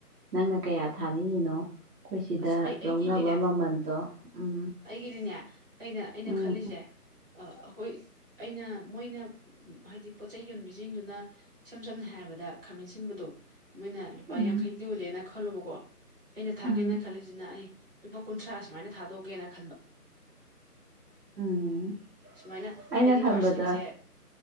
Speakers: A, on the right; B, on the right.
A: ꯅꯪꯅ ꯀꯌꯥ ꯊꯥꯅꯤꯡꯉꯤꯅꯣ ꯑꯩꯈꯣꯏ ꯁꯤꯗ
B: ꯑꯁ ꯑꯩ ꯑꯩꯒꯤꯗꯤꯅꯦ
A: ꯂꯧꯅꯕ ꯃꯃꯟꯗꯣ ꯎꯝ
B: ꯑꯩꯒꯤꯗꯤꯅꯦ ꯑꯩꯅ ꯑꯩꯅ
A: ꯎꯝ
B: ꯈꯜꯂꯤꯁꯦ ꯑꯩꯈꯣꯏ ꯑꯩꯅ ꯃꯣꯏꯅ ꯍꯥꯏꯗꯤ ꯄꯣꯠꯆꯩ ꯌꯣꯟꯕꯤꯁꯤꯡꯗꯨꯅ ꯏꯁꯝ ꯁꯝꯅ ꯍꯥꯏꯔꯕꯗ ꯈꯥꯃꯦꯟ ꯁꯤꯟꯕꯗ ꯃꯣꯏꯅ ꯂꯨꯄꯥ
A: ꯎꯝ
B: ꯌꯥꯡꯈꯩ ꯌꯣꯜꯂꯦꯅ ꯈꯜꯂꯨꯕꯀꯣ ꯑꯩꯅ ꯊꯥꯒꯦꯅ
A: ꯎꯝ
B: ꯈꯜꯂꯤꯁꯤꯅ ꯑꯩ ꯂꯨꯄꯥ ꯀꯨꯟꯊ꯭ꯔꯥ ꯁꯨꯃꯥꯏꯅ ꯊꯥꯗꯣꯛꯀꯦꯅ ꯈꯟꯕ
A: ꯎꯝ
B: ꯁꯨꯃꯥꯏꯅ
A: ꯑꯩꯅ
B: ꯍꯥꯏꯗꯤ
A: ꯈꯟꯕꯗ
B: ꯄꯥꯔꯁꯦꯟꯁꯦ